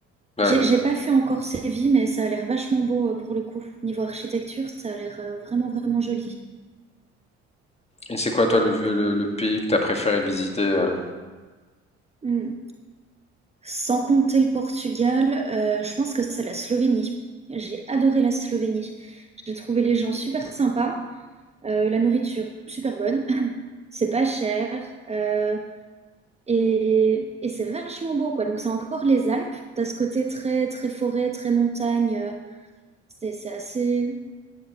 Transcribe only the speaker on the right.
J'ai j'ai pas fait encore Séville, mais ça a l'air vachement beau euh, pour le coup. Niveau architecture, ça a l'air euh, vraiment, vraiment joli.
Hmm. Sans compter le Portugal, euh, je pense que c'est la Slovénie. J'ai adoré la Slovénie. J'ai trouvé les gens super sympas. Euh, la nourriture, super bonne. <clears throat> <laughs> C'est pas cher. euh, et et c'est vachement beau, quoi. Donc, c'est encore les Alpes. T'as ce côté très, très forêt, très montagne. euh, C'est c'est assez.